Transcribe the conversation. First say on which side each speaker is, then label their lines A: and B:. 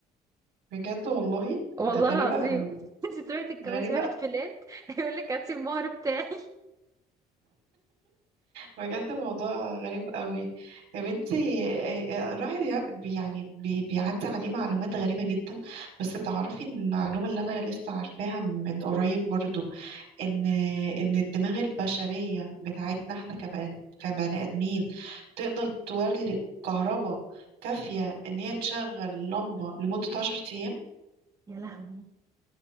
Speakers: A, on the right; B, on the right.
A: بجد والله
B: والله
A: ده غريبة
B: العظيم
A: قوي
B: <laughs> انت تروحي تتجوزي
A: غريبة
B: واحد في الهند <laughs> يقول لك هاتي المهر بتاعي
A: بجد موضوع غريب قوي يا بنتي إيه- إيه، الواحد يع- بي- يعني بي بيعدي عليه معلومات غريبة جدا بس تعرفي إن المعلومة اللي انا لسه عارفاها من قريب برضو ان ان الدماغ البشرية بتاعتنا احنا كبني كبني ادمين تقدر تولد كهرباء كافية ان هي تشغل لمبة لمدة عشر ايام
B: يا لهوي